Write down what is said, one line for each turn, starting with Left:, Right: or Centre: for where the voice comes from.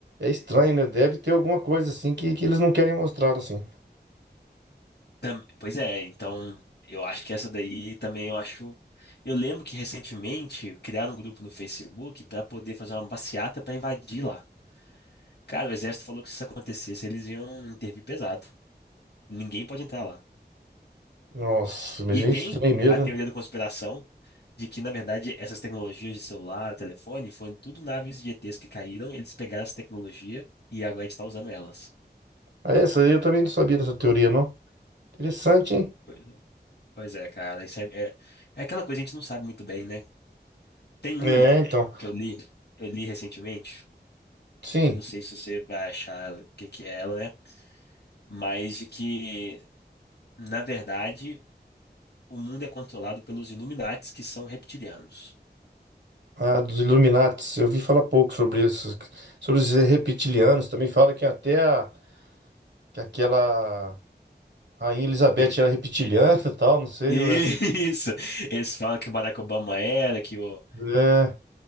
Right: é estranho, né? Deve ter alguma coisa assim que, que eles não querem mostrar, assim.
Left: Tam- Pois é, então eu acho que essa daí também eu acho. Eu lembro que recentemente criaram um grupo no Facebook para poder fazer uma passeata para invadir lá. Cara, o exército falou que se isso acontecesse, eles iam intervir pesado. Ninguém pode entrar lá.
Right: Nossa, mas
Left: E
Right: é
Left: tem
Right: estranho mesmo.
Left: a teoria
Right: né?
Left: da conspiração de que, na verdade, essas tecnologias de celular, telefone, foram tudo naves de ETs que caíram, eles pegaram essa tecnologia e agora a gente está usando elas.
Right: Ah, essa aí eu também não sabia dessa teoria, não. Interessante, hein?
Left: Pois é, Pois é, cara, isso é, é, é aquela coisa que a gente não sabe muito bem, né? Tem
Right: É,
Left: uma
Right: então.
Left: que eu li, eu li recentemente.
Right: Sim,
Left: Eu não sei se você vai achar ela- o que que é ela, né? Mas de que, na verdade, o mundo é controlado pelos Illuminates, que são reptilianos.
Right: a dos Illuminates, eu vi falar pouco sobre isso, sobre os reptilianos, também fala que até a, que aquela Rainha Elizabeth
Left: Tem. <laughs>
Right: era reptiliana <laughs> e tal, não sei,
Left: Isso!
Right: né?
Left: Eles falam que o Barack Obama era, que o,
Right: É,